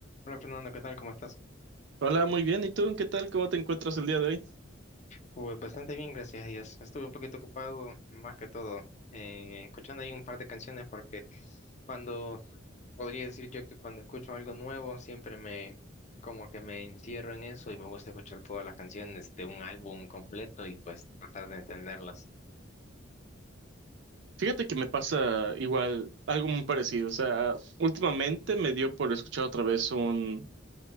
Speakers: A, on the left; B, on the right.
A: Hola Fernando, ¿qué tal? ¿Cómo estás?
B: Hola, muy bien. ¿Y tú? ¿Qué tal? ¿Cómo te encuentras el día de hoy?
A: Pues bastante bien, gracias a Dios. Estuve un poquito ocupado, más que todo, eh, escuchando ahí un par de canciones porque cuando, podría decir yo que cuando escucho algo nuevo, siempre me, como que me encierro en eso y me gusta escuchar todas las canciones de un álbum completo y pues tratar de entenderlas.
B: Fíjate que me pasa igual algo muy parecido. O sea, últimamente me dio por escuchar otra vez un,